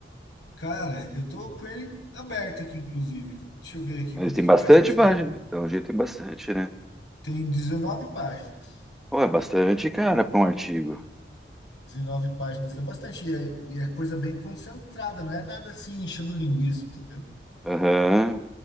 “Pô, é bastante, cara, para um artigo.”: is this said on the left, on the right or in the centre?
Centre